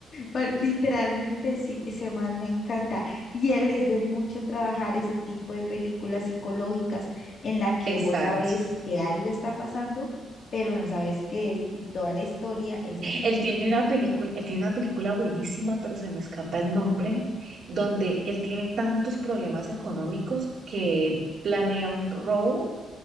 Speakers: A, on the left; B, on the right.
A: Bueno, literalmente sí, ese man me encanta. Y él es de mucho trabajar ese tipo de películas psicológicas en la que
B: Exacto.
A: vos sabes que algo está pasando, pero no sabes qué es. Y toda la historia es así.
B: Él tiene una película, él tiene una película buenísima, pero se me escapa el nombre, donde él tiene tantos problemas económicos que él planea un robo